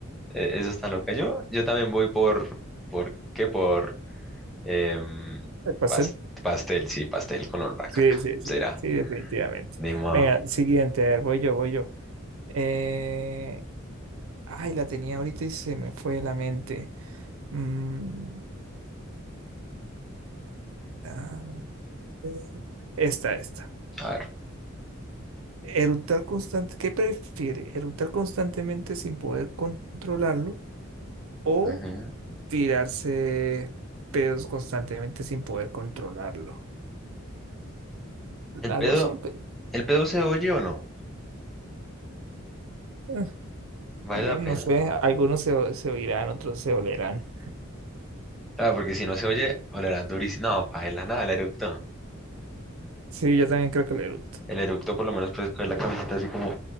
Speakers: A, in the centre; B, on the right.
A: E- Eso está loca. Yo, yo también voy por, ¿por qué? Por em,
B: El pastel
A: pas- pastel, sí, pastel con olor a caca.
B: Sí, sí,
A: Será,
B: sí, sí, definitivamente.
A: ni modo.
B: Venga, siguiente, a ver, voy yo, voy yo. Eh, ay, la tenía ahorita y se me fue de la mente. Mm, a ver, Esta, esta.
A: A ver.
B: Eructar constante, ¿qué prefiere? ¿Eructar constantemente sin poder controlarlo o
A: Ujú.
B: tirarse pedos constantemente sin poder controlarlo?
A: ¿El
B: Las
A: pedo,
B: dos son, pe-
A: el pedo se oye o no?
B: eh,
A: ¿Vale
B: ya
A: la pena?
B: no sé, algunos se, o- se oirán, otros se olerán.
A: Claro, porque si no se oye, olerá durísimo. No, paela, nada, el eructo.
B: Sí, yo también creo que el eructo.
A: El eructo por lo menos puedes coger la camiseta así como